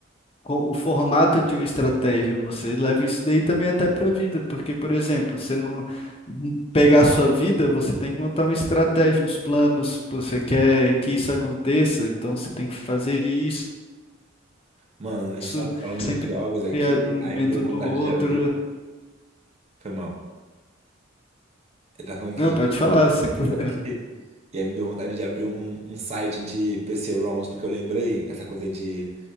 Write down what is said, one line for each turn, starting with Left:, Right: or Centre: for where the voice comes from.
Left: co- o formato de uma estratégia. Você leva isso daí também até pra vida, porque, por exemplo, você não n- pegar a sua vida, você tem que montar uma estratégia, uns planos, pô, você quer que isso aconteça, então você tem que fazer isso
Right: Mano, a gente
Left: isso
Right: tava falando
Left: sempre
Right: de jogos aqui,
Left: a- no
Right: aí
Left: momento
Right: me deu vontade
Left: do outro.
Right: de abrir. Foi mal. Ele tá falando que
Left: Não,
Right: a gente
Left: pode
Right: tá
Left: falar,
Right: falando de
Left: sem problema.
Right: coisa aqui. E aí me deu vontade de abrir um, um site de PC-ROMs, porque eu lembrei essa coisa de,